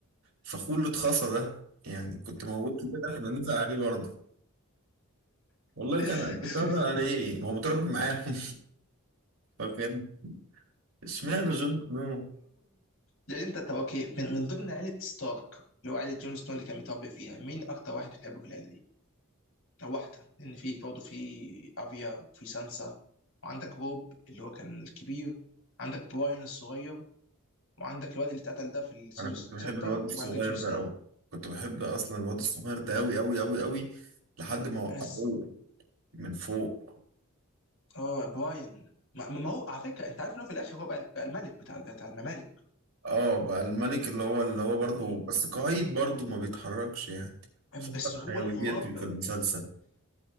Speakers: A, on the right; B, on the left.
A: الفخور اللي اتخصى ده يعني كنت موت ليه ده كنا نزعل عليه برضه والله كان
B: <laughs>
A: كنت هزعل عليه ما هو متربي معاهم <laughs> فكان اشمعنى جون سنو
B: يعني انت طب اوكي من, من ضمن عيله ستارك اللي هو عيله جون سنو اللي كان متربي فيها مين اكتر واحد بتحبه في العيله دي؟ او واحده لان في برضه في افيا في سانسا وعندك روب اللي هو كان الكبير عندك براين الصغير وعندك الواد اللي اتقتل ده في السيزون
A: انا كنت
B: 6
A: بحب الواد الصغير
B: وعندك جون سنو
A: ده قوي كنت بحب اصلا الواد الصغير ده قوي قوي قوي قوي لحد ما وقعوه
B: انا س...
A: من فوق
B: اه براين ما, ما هو على فكره انت عارف ان هو في الاخر هو بقى, بقى الملك بتاع بتاع الممالك
A: اه بقى الملك اللي هو اللي هو برضه
B: مم.
A: بس قاعد برضه ما بيتحركش يعني فقد
B: بس هو
A: حيويته
B: الغراب
A: في المسلسل